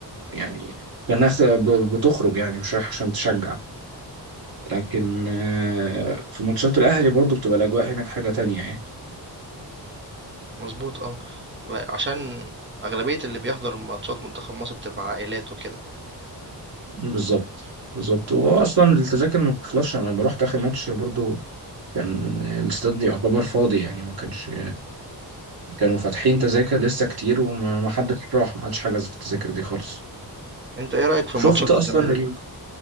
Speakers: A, on the right; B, on the right.
A: يعني الناس بتخرج يعني مش رايح عشان تشجع لكن آه، في ماتشات الأهلي برضو بتبقى الأجواء هناك حاجة تانية يعني
B: مضبوط آه. و عشان أغلبية اللي بيحضر ماتشات منتخب مصر بتبقى عائلات وكده.
A: بالظبط بالظبط هو اصلا التذاكر ما بتخلصش انا لما رحت اخر ماتش برضو كان الاستاد يعتبر فاضي يعني ما كانش كانوا فاتحين تذاكر لسه كتير وما ما حدش راح ما حدش حجز في التذاكر دي خالص
B: أنت إيه رأيك في
A: شفت
B: ماتشات
A: اصلا
B: الزمالك؟
A: ال...